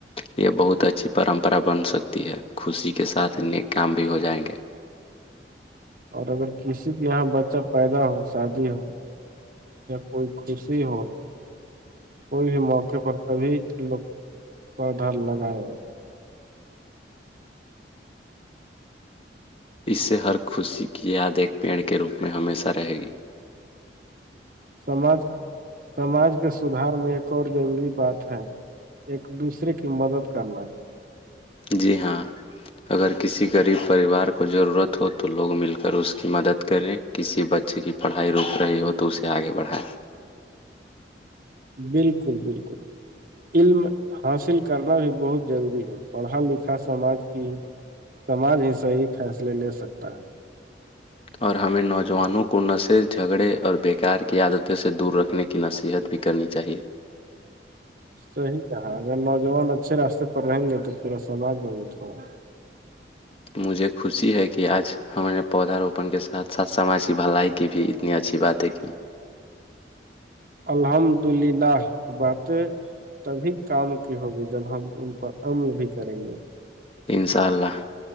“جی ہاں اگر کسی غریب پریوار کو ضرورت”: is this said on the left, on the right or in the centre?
Left